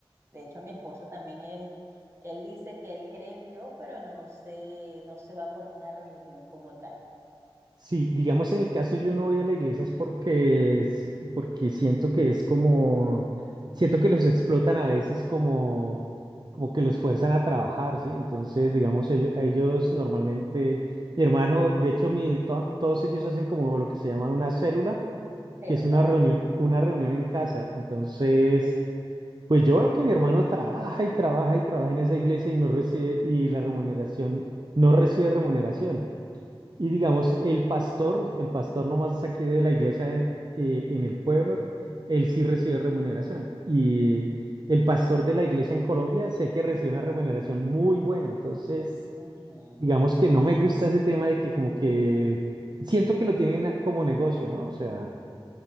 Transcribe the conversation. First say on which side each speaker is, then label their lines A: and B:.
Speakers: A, on the right; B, on the right.
A: De hecho, mi esposo también es, él dice que él cree en Dios, pero no se, no se va por una religión como tal.
B: Sí, digamos en mi caso yo no voy a la iglesia es porque, s- porque siento que es como, siento que los explotan a veces como, como que los fuerzan a trabajar, ¿sí? Entonces, digamos, ellos, ellos normalmente, mi hermano, de hecho, mi, to- todos ellos hacen como lo que se llama una célula,
A: Celular.
B: que es una reunión, una reunión en casa. Entonces, pues yo
A: Sí.
B: veo que mi hermano trabaja y trabaja y trabaja en esa iglesia y no recibe, y la remuneración, no recibe remuneración. Y digamos, el pastor, el pastor nomás aquí de la iglesia en, eh, en el pueblo, él sí recibe remuneración. Y el pastor de la iglesia en Colombia sé que recibe una remuneración muy buena. Entonces,
A: Ujú.
B: digamos que no me gusta ese tema de que como que siento que lo tienen a- como negocio, ¿no? O sea,